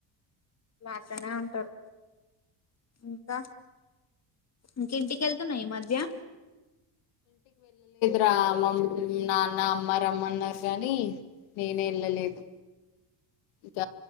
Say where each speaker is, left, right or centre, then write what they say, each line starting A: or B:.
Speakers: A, on the left; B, on the left.
A: అట్లనే ఉంటారు ఇంకా ఇంకేంటి వెళ్తున్నావా ఈ మధ్య
B: రామమ్ నాన్న అమ్మ రమ్మన్నారు కానీ నేనే వెళ్ళలేదు ఇక